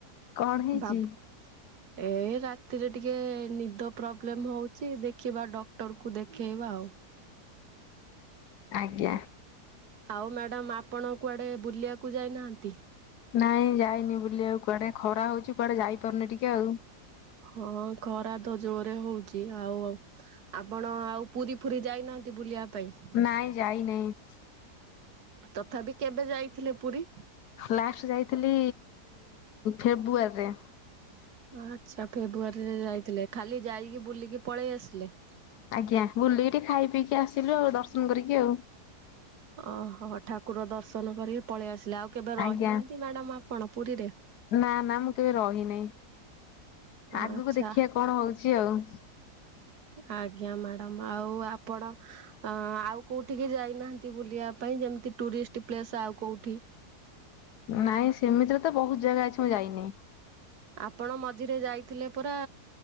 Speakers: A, on the left; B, on the right.
A: କଣ ହେଇଛି?
B: ବାବୁ ଏ ରାତିରେ ଟିକେ ନିଦ ପ୍ରୋବ୍ଲେମ୍ ହୋଉଛି ଦେଖିବା ଡକ୍ଟର ଙ୍କୁ ଦେଖେଇବା ଆଉ।
A: ଆଜ୍ଞା।
B: ଆଉ ମ୍ୟାଡ଼ାମ୍ ଆପଣ କୁଆଡେ ବୁଲିବାକୁ ଯାଇ ନାହାନ୍ତି?
A: ନାଇଁ ଯାଇନି ବୁଲିବାକୁ କୁଆଡେ ଖରା ହଉଛି କୁଆଡେ ଯାଇ ପାରୁନି ଟିକେ ଆଉ।
B: ହଁ ଖରା ତ ଜୋର୍ ରେ ହୋଉଛି ଆଉ ଆପଣ ଆଉ ପୁରୀ ଫୁରୀ ଯାଇ ନାହାନ୍ତି ବୁଲିବା ପାଇଁ?
A: ନାଇଁ ଯାଇ ନେଇଁ।
B: ତଥାପି କେବେ ଯାଇଥିଲେ ପୁରୀ?
A: ଲାଷ୍ଟ୍ ଯାଇଥିଲି ଫେବୃଆରୀରେ।
B: ଆଚ୍ଛା। ଫେବୃଆରୀରେ ଯାଇଥିଲେ ଖାଲି ଯାଇକି ବୁଲିକି ପଳେଇ ଆସିଲେ?
A: ଆଜ୍ଞା ବୁଲିକି ଟିକେ ଖାଇ ପିଇକି ଆସିଲୁ ଆଉ ଦର୍ଶନ କରିକି ଆଉ।
B: ଅ ହଁ ଠାକୁର ଦର୍ଶନ କରିକି ପଳେଇ ଆସିଲେ ଆଉ କେବେ ରହିନାହାନ୍ତି
A: ଆଜ୍ଞା।
B: ମ୍ୟାଡ଼ାମ୍ ଆପଣ ପୁରୀରେ?
A: ନା ନା ମୁଁ କେବେ ରହିନେ଼ଇ ଆଗକୁ
B: ଆଚ୍ଛା
A: ଦେଖିବା କଣ ହଉଛି ଆଉ।
B: ଆଜ୍ଞା ମ୍ୟାଡ଼ାମ୍ ଆଉ ଆପଣ ଅ ଆଉ କୋଉଠିିକି ଯାଇନାହାନ୍ତି ବୁଲିବା ପାଇଁ ଯେମତି ଟୁରିଷ୍ଟ୍ ପ୍ଲେସ୍ ଆଉ କୋଉଠି?
A: ନାଇଁ ସେମିତିରେ ତ ବୋହୁତ୍ ଜାଗା ଅଛି ମୁଁ ଯାଇନି।
B: ଆପଣ ମଝିରେ ଯାଇଥିଲେ ପରା